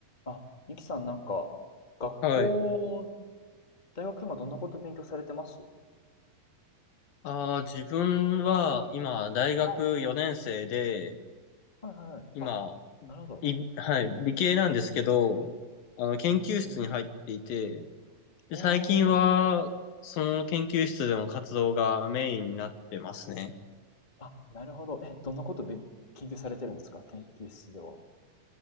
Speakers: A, on the left; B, on the left.
A: あ、ニキさんなんか、学校、
B: はい。
A: 大学今どんなこと勉強されてます
B: ああ、自分は今、大学4年生で、
A: はい。はいはいはい。
B: 今、
A: あ、なるほど。
B: い、はい、理系なんですけど、あの、研究室に入っていて、
A: うんうん。おー。
B: で、最近は、その研究室での活動がメインになってますね。
A: あ、なるほど。え、どんなことべ研究されてるんですか研究室では。